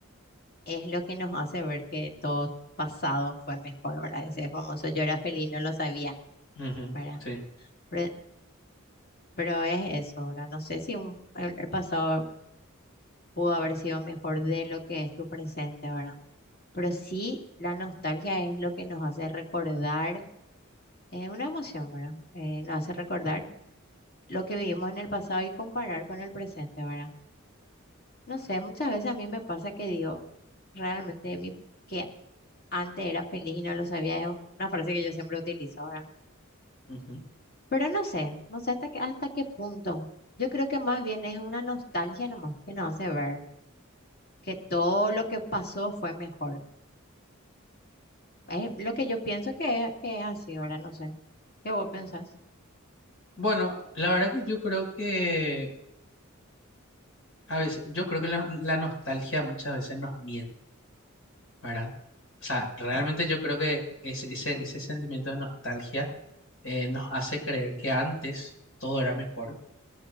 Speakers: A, on the left (about 50°); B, on the left (about 80°).
A: es lo que nos hace ver que todo pasado fue mejor, ¿verdad? Ese famoso yo era feliz, no lo sabía,
B: Ujú,
A: ¿verdad?
B: sí.
A: Pero, pero es eso, ¿verdad? No sé si un- el, el pasado pudo haber sido mejor de lo que es tu presente, ¿verdad? Pero sí, la nostalgia es lo que nos hace recordar eh, una emoción, ¿verdad? Eh, nos hace recordar lo que vivimos en el pasado y comparar con el presente, ¿verdad? No sé, muchas veces a mí me pasa que digo, realmente mi, que antes era feliz y no lo sabía, es una frase que yo siempre utilizo ahora.
B: ujú.
A: Pero no sé, no sé hasta qué, hasta qué punto. Yo creo que más bien es una nostalgia nomás que nos hace ver que todo lo que pasó fue mejor. Es lo que yo pienso que es, que es así ahora, no sé. ¿Qué vos pensás?
B: Bueno, la verdad que yo creo que a veces, yo creo que la, la nostalgia muchas veces nos miente. ¿verdad? O sea, realmente
A: Ujú,
B: yo creo que ese, ese, ese sentimiento de nostalgia eh, nos hace creer que antes todo era mejor